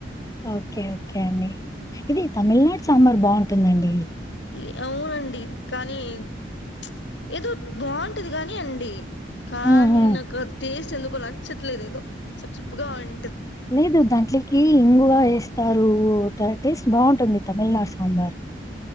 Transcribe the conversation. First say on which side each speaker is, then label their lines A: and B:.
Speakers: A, on the left; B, on the left.
A: ఓకే ఓకే అండి ఇది తమిళ్ నాడ్ సాంబార్ బాఉంటుందండి
B: లే ఔనండి కానీ చ్ ఏదో బాఉంటది గాని అండి కానీ
A: హుహు.
B: నాకు టేస్ట్ ఎందుకో నచ్చట్లేదు ఏదో సప్ సప్ గా ఉం
A: లేదు దాంట్లకి ఇంగువ ఏస్తారు ట టేస్ట్ బాఉంటుండి తమిళ్ నాడ్ సాంబార్